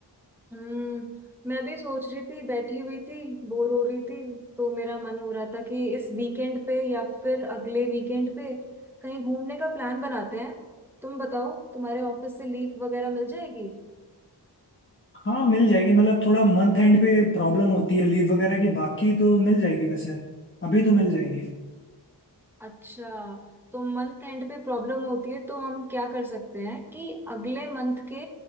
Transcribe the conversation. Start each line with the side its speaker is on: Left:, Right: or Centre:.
Centre: हम्म मैं भी सोच रही थी बैठी हुई थी बोर हो रही थी तो मेरा मन हो रहा था कि इस वीकेंड पे या फिर अगले वीकेंड पे कहीं घूमने का प्लान बनाते हैं तुम बताओ तुम्हारे ऑफिस से लीव वगैरह मिल जाएगी
Left: हाँ मिल जाएगी मतलब थोड़ा मंथ एंड पे प्रॉब्लम होती है लीव वगैरह की बाकी तो मिल जाएगी वैसे अभी तो मिल जाएगी
Centre: अच्छा तो मंथ एंड पे प्रॉब्लम होती है तो हम क्या कर सकते हैं कि अगले मंथ के